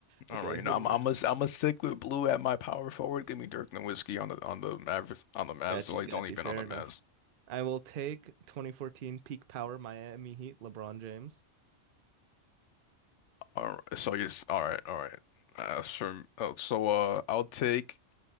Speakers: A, on the right; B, on the left.
A: Okay,
B: All right, you
A: who
B: know,
A: do
B: I'm
A: you
B: I'm
A: have?
B: a, I'm a stick with blue at my power forward. Give me Dirk Nowitzki on the on the Mavericks on the Mavs.
A: Got
B: So
A: you,
B: he's
A: got
B: only
A: you.
B: been
A: Fair
B: on the
A: enough.
B: Mavs.
A: I will take 2014 peak power Miami Heat LeBron James.
B: All right, so yes, all right, all right. Uh, sure. Oh, so uh, I'll take